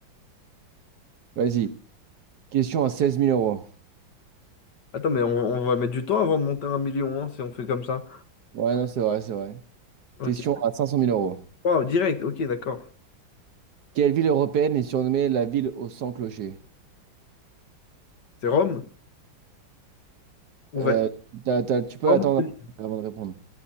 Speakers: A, on the right; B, on the left.
A: Vas-y. Question à seize mille euros.
B: Attends, mais on, on va mettre du temps avant de monter à un million, hein, si on fait comme ça.
A: Ouais, non, c'est vrai, c'est vrai.
B: Ok.
A: Question à cinq cent mille euros.
B: Wow, direct, ok, d'accord.
A: Quelle ville européenne est surnommée la ville aux cent clochers?
B: C'est Rome ou
A: Euh,
B: Vatican?
A: t'as- t'as- tu peux
B: Rome
A: attendre
B: ou Venise?
A: avant de répondre.